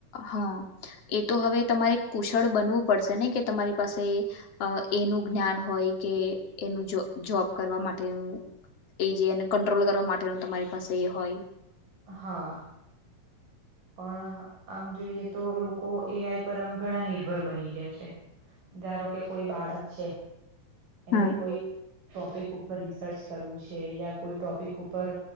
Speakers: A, on the left (about 50°); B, on the right (about 85°).
A: હા એ તો હવે તમારે કુશળ બનવું પડશે ને કે તમારી પાસે એનું જ્ઞાન હોય કે એનું જોબ કરવા માટેનું એ જે એને કંટ્રોલ કરવા માટેનું તમારી પાસે એ હોય.
B: હાં. પણ આમ જોઈએ તો લોકો એ આઈ પર આમ ઘણા નિર્ભર બની ગયા છે. ધારો કે કોઈ બાળક છે. એને
A: હમ
B: કોઈ ટોપિક ઉપર રિસર્ચ કરવું છે. યા કોઈ ટોપિક ઉપર